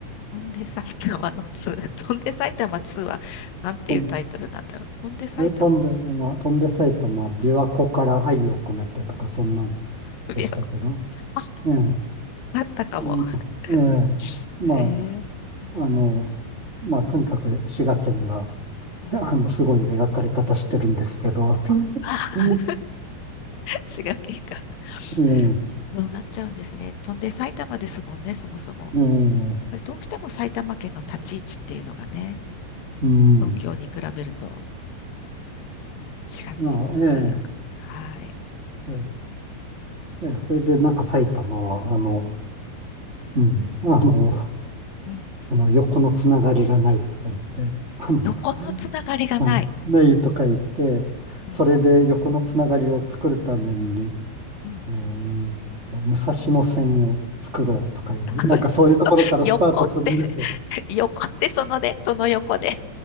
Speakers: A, on the left; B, on the right.
A: 翔んで埼玉の2。翔んで埼玉ツーは、なんていうタイトルなんだろう。
B: 飛ん
A: 翔んで埼玉。
B: え飛んで、まあ、飛んで埼玉、琵琶湖から愛を込めてとか、そんなんでしたけど。
A: いあ、
B: ええ、
A: だったかも。
B: うん
A: <laughs>
B: ええ、ま
A: へえ。うん
B: あ、あの、まあ、とにかく滋賀県が、<laughs>
A: うん
B: あの、すごい描かれ方してるんですけど。
A: あ、
B: うん
A: 滋賀県が。
B: え
A: そうなっちゃうんですね。飛んで埼玉ですもんね、そもそも。
B: え、ええ、うん、
A: どうしても埼玉県の立ち位置っていうのがね、
B: うん。
A: 東京に比べると。違ってくるというかね、
B: いや
A: はい。
B: ええ、ええ、ええそれでなんか埼玉は、
A: うん、
B: あの、
A: う
B: うん。あの、
A: ん、うん
B: この横のつながりがないとか言って、あの、
A: 横のつながりがない。
B: あないとか言って、
A: うん、
B: それで横のつながりを作るために、
A: うん。
B: えーと、武蔵野線を作ろうとかいう、
A: <laughs>
B: なんかそういうところからスタートするんですよ。
A: そう横って <laughs> 横ってそのね、その横で。